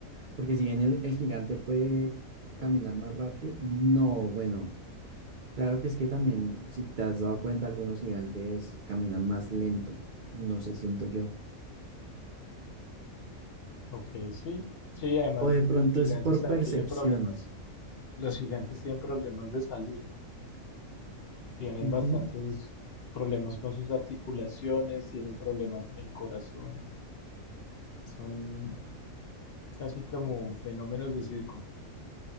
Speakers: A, on the right; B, on the left.
A: porque si bien el, el gigante puede caminar más rápido, no, bueno. Claro que es que también, si te has dado cuenta, algunos gigantes caminan más lento, no sé, siento yo.
B: Ok, sí. Sí, además
A: O de
B: los
A: pronto
B: gigantes
A: es por
B: también
A: percepción.
B: tienen problemas, los gigantes tienen problemas de salud. Tienen
A: Ujú.
B: bastantes problemas con sus articulaciones, tienen problemas en el corazón, son casi como fenómenos de circo.